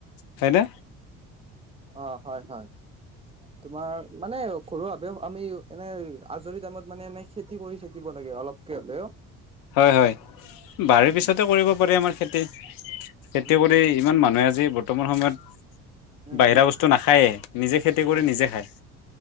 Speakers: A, on the left; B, on the right.
A: হয়নে?
B: অ', হয় হয়। তোমাৰ মানে ঘৰুৱাভাৱেও আমি এনে আজৰি টাইমত মানে এনে খেতি কৰি থাকিব লাগে অলপকে হ'লেও। <inaudible>
A: হয় হয়, বাৰীৰ
B: উম,
A: পিছতে কৰিব পাৰি আমাৰ খেতি। খেতিয়কৰি
B: উম, উম,
A: ইমান মানুহে আজি বৰ্তমান সময়ত
B: উম,
A: বাহিৰা
B: উম।
A: বস্তু নাখায়েই, নিজে খেতি
B: উম,
A: কৰি নিজে
B: উম,
A: খায়।